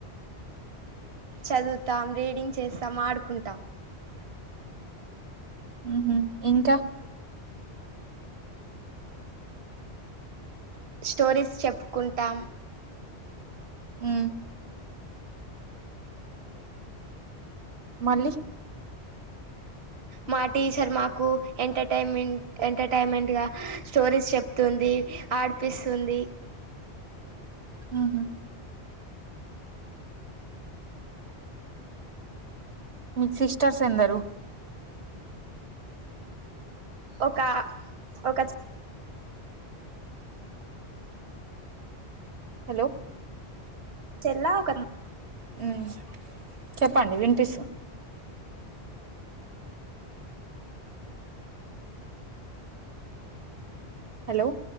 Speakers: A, on the right (about 70°); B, on the right (about 80°).
A: చదువుతాం రీడింగ్ చేస్తాం ఆడుకుంటాం
B: మ్మ్ హు ఇంకా
A: స్టోరీస్ చెప్పుకుంటాం
B: మ్మ్ మళ్లీ
A: మా టీచర్ మాకు ఎంటర్టైన్మెంట్ ఎంటర్టైన్మెంట్ గా స్టోరీస్ చెప్తుంది ఆడిపిస్ స్తుంది
B: మ్మ్ హు మీ సిస్టర్స్ ఎందరు
A: ఒక ఒక
B: హలో
A: చెల్లావు క
B: మ్మ్ చెప్పండి వినిపిసున్ హలో